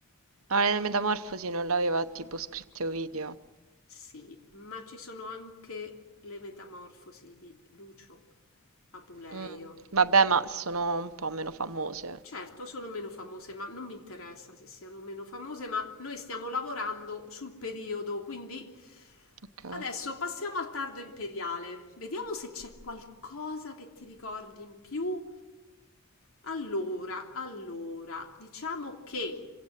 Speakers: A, on the right (about 75°); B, on the left (about 70°).
A: Ma la metamorfosi non l'aveva tipo scritto Ovidio.
B: Sì, ma ci sono anche le metamorfosi di Lucio Mm. Apuleio.
A: Mm, Vabbè, ma sono un po' meno famose.
B: Certo, sono meno famose, ma non mi interessa se siano meno famose, ma noi stiamo lavorando sul periodo, quindi
A: Ok.
B: adesso passiamo al tardo imperiale. Vediamo se c'è qualcosa che ti ricordi in più. Allora, allora, diciamo che